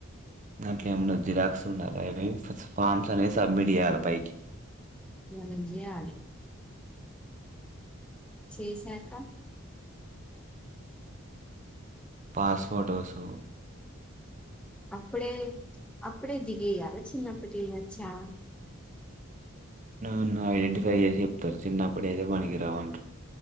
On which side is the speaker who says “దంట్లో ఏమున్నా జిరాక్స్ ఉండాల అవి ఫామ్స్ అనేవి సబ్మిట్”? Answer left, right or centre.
Right